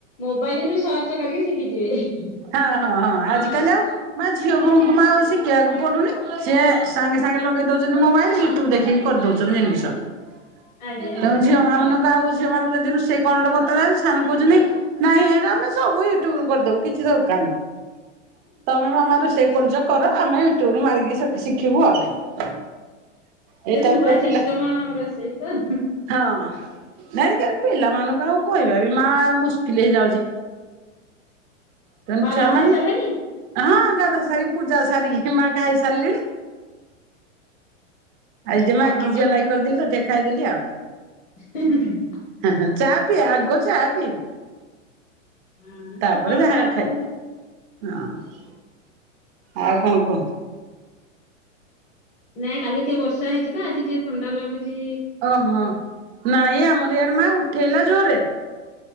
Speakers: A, on the left; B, on the right.
A: ମୋବାଇଲ ରୁ ସର୍ଚ୍ଚ କରିକି ଶିଖିଯିବେ।
B: ହାଁ ହଁ ହଁ ଆଜି କାଲି ଆଉ ମା ଝିଅ ବୋହୁଙ୍କୁ ମା ଆଉ ସିକେଇବାକୁ ପଡୁନି ସିଏ ସାଙ୍ଗେ ସାଙ୍ଗେ ଲଗେଇ ଦଉଚନ୍ତି ମୋବାଇଲ ୟୁଟ୍ୟୁବ ଦେଖିକି କରିଦଉଚନ୍ତି। <unintelligible>
A: ଆଜ୍ଞା
B: ତମ ଝିଅ। ମା ମାନଙ୍କୁ ଆଉ ଝିଅ ମାନଙ୍କୁ ଯଦି ରୁଷେଇ କଣ ଗଟେ ବତାଉ ସେମାନେ କଉଚନ୍ତି ନାଇଁ ହେରା ଆମେ ସବୁ ୟୁଟ୍ୟୁଵ୍ ରୁ କରିଦବୁ କିଛି ଦରକାର୍ ନାହିଁ। ତମେ ମାମାର ସେଇ କର୍ଯ୍ୟ କର ଆମେ ୟୁଟୁୁବରୁ ମାରିକି ସି- ଶିଖିବୁ ଆଉ। ଏଇ
A: ସେ
B: ଟାଇପର
A: ନୂଆ
B: ପିଲା
A: ସିଷ୍ଟମ ରୋଷେଇତ।
B: ହଁ। ନାଇଁ ଏଇକିରେ ପିଲାମାନଙ୍କୁ ଆଉ କହି଼ବା ବି ମା ମୁସ୍କିଲ ହେଇଯାଉଚି। ତେଣୁ
A: ମା
B: ଛୁଆ
A: ଗାଧେଇ
B: ମାନେ
A: ସାରିଲେଣି?
B: ହଁ ଗାଧୁଆ ସାରିକି ପୂଜା ସାରିକି ମା ଖାଇ ସାରିଲିଣି। ଆଜି
A: ଏଇନା
B: ଟିକେ ମାଗି
A: ଆଉ କାମ
B: ଝିଅ ଲାଗି
A: ନାହିଁ
B: କରିଦିଲି
A: ଆଉ।
B: ତ ଟିକେ ଖାଇଦେଲି ଆଉ।
A: <unintelligible>
B: ହଁ ହଁ ଚା ପିଏ ଆଗ ଚା ପିଇବି।
A: ହଁ
B: ତାପରେ
A: ସକାଳୁ
B: ଯାହା
A: ଚା ପିଇଦେଲି।
B: ଖାଏ ହଁ, ଆଉ କଣ କୁହନ୍ତୁ?
A: ନାଇଁ କାଲି ଟିକେ ବର୍ଷା ହେଇଛି ତ, ଆଜି ଟିକେ ଥଣ୍ଡା ଲାଗୁଚି
B: ଓହଁ ନାଇଁ ଆମର ଆଡେ ମାଆଁ ଉଠେଇଲା ଜୋରେ